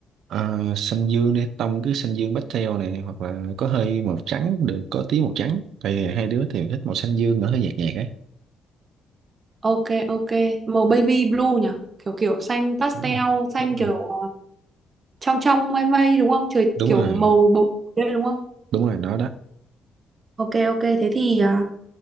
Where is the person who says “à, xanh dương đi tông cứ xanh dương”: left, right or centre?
Right